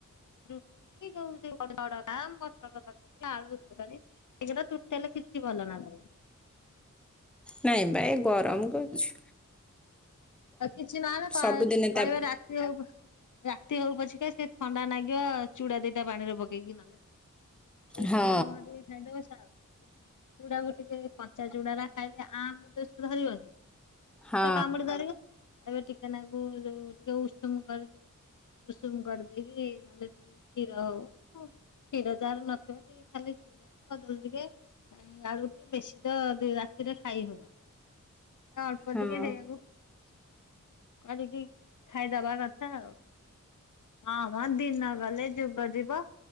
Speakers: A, on the left; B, in the centre.
A: ରୁଟି ଯୋଉ ସେ <inaudible> ଆଁ, ମଟର ତରକାରୀ, ଆଳୁ ତରକାରୀ, ଏଗୁଡା ଟୁଟାଲି କିଛି ଭଲ ନାଗୁନି।
B: ନାଇଁ ବା ଏ ଗରମ କରଛୁ।
A: ଓ କିଛି ନହେନେ କ-
B: ସବୁଦିନେ ତାପରେ
A: କହିବେ ରା ସେ ଆଉ ପ- ରାତି ହଉ ପଛକେ ସେ ଥଣ୍ଡା ନାଗିବ ଚୁଡା ଦିଟା ପାଣିରେ ପକେଇକି ନଲେ ଏଇ
B: ହଁ
A: ଚୂଡ଼ା ନନେ ଟିକେ ଖାଇଦବ ସା <inaudible> ଚୁଡାକୁ ଟିକେ କଞ୍ଚା ଚୁଡାରା ଖାଇଲେ ଆମ ଦୋଷ ଧରିବନି କି।
B: ହଁ
A: ପେଟ କାମୁଡି ଧରିବ। କହିବେ ଟିକେ ନାକୁରୁ ଟିକେ ଉଷୁମ କରିଦିଏ। ଉଷୁମ କରିଦେଇକି ନଲେ ଟିକେ କ୍ଷୀର ହଉ ତ କ୍ଷୀର ଯାହାର ନଥିବ ସେ ଖାଲି ଚୁଡା କଦଳୀ ଟିକେ ହେଇଁ ଆଳୁ ଟି ବେଶୀ ତ ଦି ରାତିରେ ଖାଇହବନି। ତ ଅଳ୍ପ
B: ହଁ
A: ଟିକେ ସେଇଆକୁ କରିକି ଖାଇଦବା କଥା ଆଉ। ହଁ ମୋ ଦିନ ଗଲେ ଯୁଗ ଯିବ।